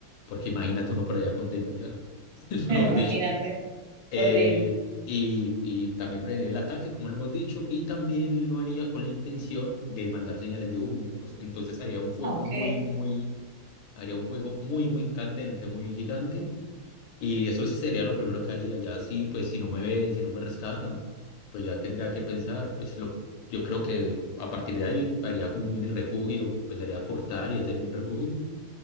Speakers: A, on the left; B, on the right.
A: Porque imagínate uno por allá con dengue, <laughs>
B: <laughs>
A: mejor
B: Imagínate,
A: dicho. Eh,
B: horrible.
A: y, y también prevenir el ataque, como lo hemos dicho, y también lo haría con la intención de mandar señales de humo. O s- Entonces haría un fuego
B: Ah, Ok.
A: muy, muy, haría un fuego muy, muy candente, muy gigante y eso sí sería lo primero que haría. Ya sí, pues si no me ven, si no me rescatan, pues ya tendría que pensar, pues lo, yo creo que a partir de ahí haría como un mini refugio, empezaría a cortar y hacer un refugio.